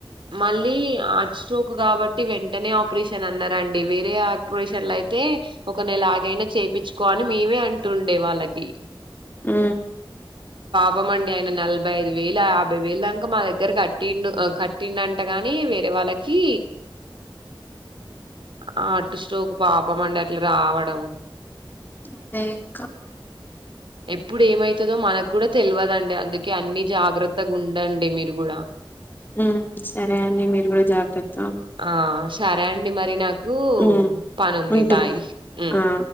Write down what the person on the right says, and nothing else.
మళ్ళీ హార్ట్ స్ట్రోక్ కాబట్టి వెన్ వెంటనే ఆపరేషన్ అన్నారండి వేరే ఆపరేషన్ లయితే ఒక నెల ఆగైనా చేపిచుకో అని మేమే మే అంటుండే వాళ్ళకి
ఇవ్వమండి ఆయన నలబై ఐదు వేల ఆయాభై వేల దాక మా దగ్గర కట్టిండు అ క టిండంట గాని వేరే వాళ్ళకి హార్ట్ స్ట్రోక్ పాపం అండి అట్లా రావడం
ఎప్పుడు ఏమైతదో మనకు కూడా తెల్వదండి అందుకే అన్ని జాగ్రత్తగా ఉండండి మీరు కూడా
ఆ సరే అండి మరి నాకు
పనుంది
బాయ్ ఉ